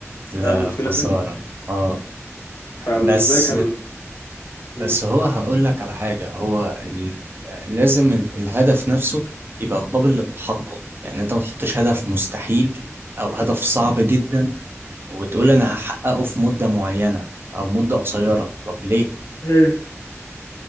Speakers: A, on the right; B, on the left.
A: لا
B: فاهم المشكله
A: خسارة
B: فين
A: اه
B: فبالنسبه
A: بس
B: لي كان
A: بس
B: مم.
A: هو هقول لك على حاجة هو ال... لازم ال... الهدف نفسه يبقى قابل للتحقق يعني انت ما تحطش هدف مستحيل او هدف صعب جدا وتقول انا هحققه في مدة معينة او مدة قصيرة طب ليه
B: ايه